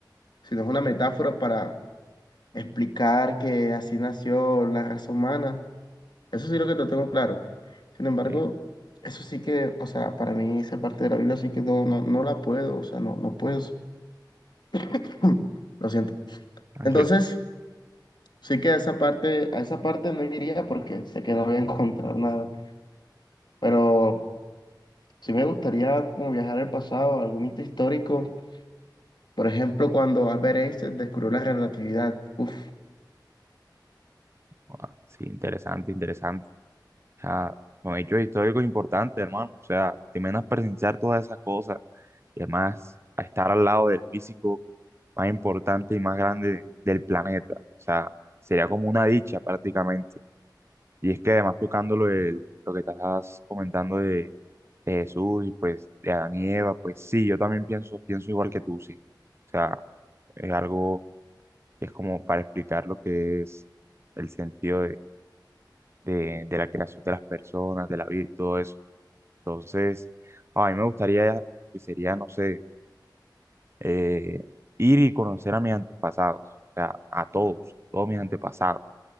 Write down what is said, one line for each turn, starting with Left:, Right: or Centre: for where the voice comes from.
Left: sino es una metáfora para explicar que así nació la raza humana. Eso sí lo que lo tengo claro. Sin embargo,
Right: Sí,
Left: eso sí que, o sea, para mí esa parte de la Biblia sí que no, no, no la puedo, o sea, no, no puedo. <laughs> <clears throat> Lo siento.
Right: tranquilo.
Left: Entonces, sí que a esa parte, a esa parte no iría porque sé que no voy a encontrar nada. Pero Sí me gustaría como viajar al pasado, a algún hito histórico, por ejemplo, cuando Albert Einstein descubrió la relatividad. Uf,
Right: Ah, sí, interesante, interesante. O sea, son hechos históricos importantes, hermano. O sea, te imaginas presenciar todas esas cosas y además a estar al lado del físico más importante y más grande del planeta. O sea, sería como una dicha prácticamente. Y es que además tocando lo, del- lo que estás comentando de, de Jesús y pues de Adán y Eva, pues sí, yo también pienso, pienso igual que tú, sí. O sea, es algo que es como para explicar lo que es el sentido de, de de la creación de las personas, de la vida y todo eso. Entonces, a mí me gustaría, que sería, no sé, eh, ir y conocer a mis antepasados, o sea, a todos, todos mis antepasados,